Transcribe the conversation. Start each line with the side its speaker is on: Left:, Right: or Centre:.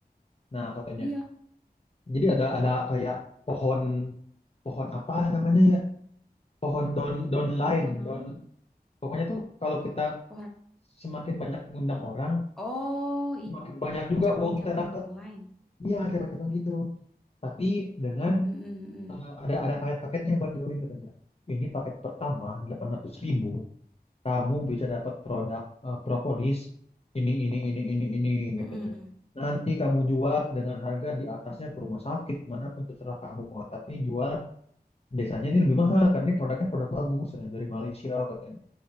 Left: Nah, katanya.
Centre: Iya,
Left: Jadi ada ada kayak pohon pohon apa namanya ya? Pohon down downline,
Centre: pohon naon?
Left: down pokoknya tuh kalau kita
Centre: Pohon.
Left: semakin banyak ngundang orang,
Centre: Oh,
Left: semakin
Centre: i-
Left: banyak juga
Centre: cabang-cabang
Left: uang kita dapat.
Centre: downline.
Left: Iya, coba-coba gitu tapi dengan
Centre: Mm-mm.
Left: Eh, ada ada paket-paketnya buat join katanya. Ini paket pertama 800.000 ribu, kamu bisa dapat produk eh, propolis ini ini ini ini ini
Centre: Mm-mm.
Left: katanya.
Centre: Mm-mm.
Left: Nanti kamu jual dengan harga di atasnya ke rumah sakit manapun terserah kamu kok. Tapi jual biasanya ini lebih mahal karena ini produknya produk bagus eh, dari Malaysia katanya.